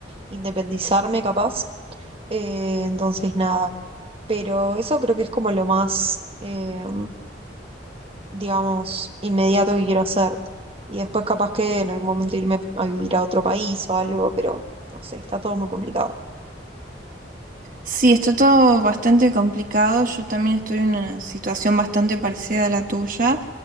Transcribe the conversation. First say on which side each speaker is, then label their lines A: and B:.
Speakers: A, on the right; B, on the right.
A: independizarme capaz. Eh, entonces, nada, pero eso creo que es como lo más... em, digamos, inmediato que quiero hacer. Y después capaz que en algún momento irme a vivir a otro país o algo, pero no sé, está todo muy complicado.
B: Sí, está todo bastante complicado. Yo también estoy en una situación bastante parecida a la tuya.